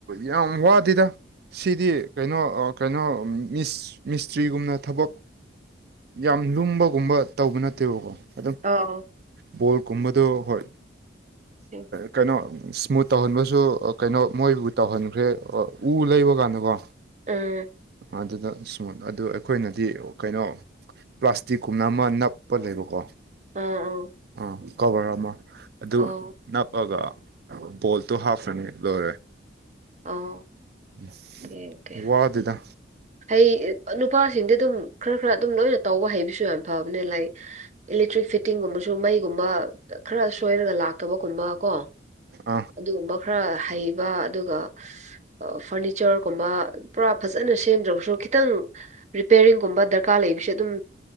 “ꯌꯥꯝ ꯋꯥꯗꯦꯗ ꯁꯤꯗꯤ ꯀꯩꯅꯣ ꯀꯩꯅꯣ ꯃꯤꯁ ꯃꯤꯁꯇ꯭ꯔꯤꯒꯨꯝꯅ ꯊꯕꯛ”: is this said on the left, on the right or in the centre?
Right